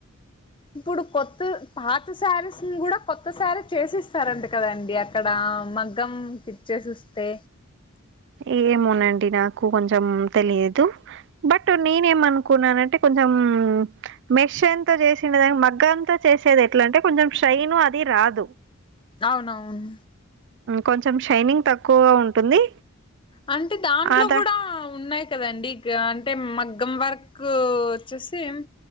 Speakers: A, on the left (about 25°); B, on the right (about 55°).
A: ఇప్పుడు కొత్తు పాత స్యారీస్ ని గుడ కొత్త స్యారీస్ చేసిస్తారంట కదండి అక్ క్కడా మగ్గం ఫిట్ చేసిస్తే
B: ఏమోనండి నాకు కొంచెం తెలియదు బట్ నేనేమనుకున్నానంటే కొంచెం మెషన్తో చేసిండే దానిక్ మగ్గంతో చేసేదెట్లా అంటే కొంచెం షైనూ అదీ రాదు
A: ఔనవున్
B: కొంచెం షైనింగ్ తక్కువగా ఉంటుంది
A: అంటే దాంట్లో
B: అదా
A: గుడా ఉన్నాయ్ కదండి యా అంటే మగ్గం వర్కూ వచ్చేసీమ్